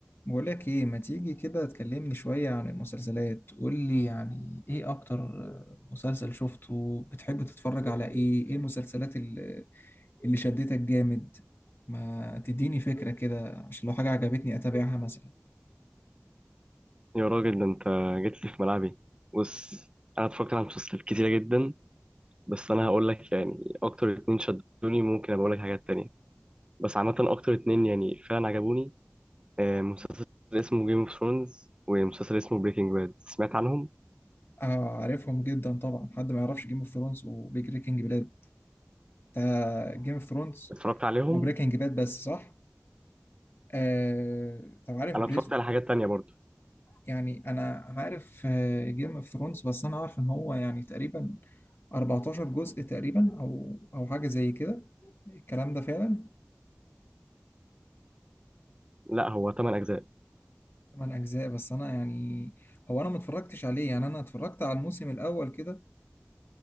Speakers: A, on the left; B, on the right.
A: بقولك ايه ما تيجي كده تكلمني شوية عن المسلسلات قولي يعني ايه اكتر مسلسل شفته بتحب تتفرج على ايه ايه المسلسلات اللي, اللي شدتك جامد ما تديني فكرة كده عشان لو حاجة عجبتني اتابعها مثلا
B: يا راجل ده انت جيت لي في ملعبي بص انا اتفرجت على مسلسلات كتيره جدا بس انا هقول لك يعني اكتر اتنين شدوني ممكن ابقى اقول لك حاجات تانية بس عامه اكتر اتنين يعني فعلا عجبوني آه، مسلسل اسمه جيم اوف ثرونز ومسلسل اسمه بريكنج باد سمعت عنهم
A: آه عارفهم جدا طبعا حد ما يعرفش جيم اوف ثرونز وبريكنج باد ده جيم اوف ثرونز
B: اتفرجت عليهم
A: وبريكنج باد بس صح آه طب عارف
B: انا
A: بريز
B: اتفرجت على حاجات تانية برضو
A: يعني انا عارف جيم اوف ثرونز بس انا عارف ان هو يعني تقريبا 14 جزء تقريبا او او حاجه زي كده الكلام ده فعلا
B: لا هو تمن اجزاء
A: 8 اجزاء بس انا يعني هو انا ما اتفرجتش عليه يعني انا اتفرجت على الموسم الاول كده